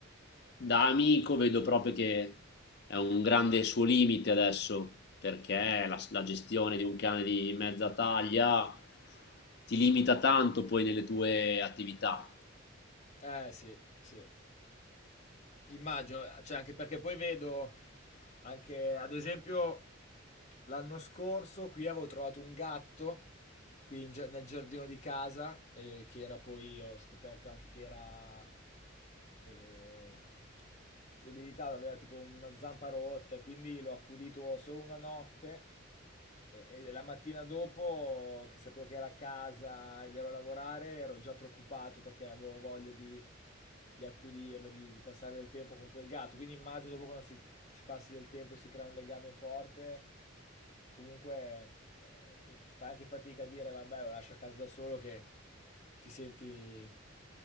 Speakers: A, on the left (about 55°); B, on the left (about 35°).
A: da amico vedo proprio che è un grande suo limite adesso perché la, la gestione di un cane di mezza taglia ti limita tanto poi nelle tue attività
B: Eh sì, sì. Immagino, cioè anche perché poi vedo anche, ad esempio, l'anno scorso qui avevo trovato un gatto qui in gia- nel giardino di casa eh, che era poi, ho scoperto anche che era eh, debilitato, aveva tipo una zampa rotta e quindi l'ho accudito solo una notte E, e la mattina dopo, che sapevo che era a casa ed ero a lavorare, ero già preoccupato perché avevo voglia di, di accudirla, di, di passare del tempo con quel gatto. Quindi immagino dopo quando si- ci passi del tempo e si crea un legame forte, che comunque eh, fai anche fatica a dire, vabbè, lo lascio a casa da solo, che ti senti,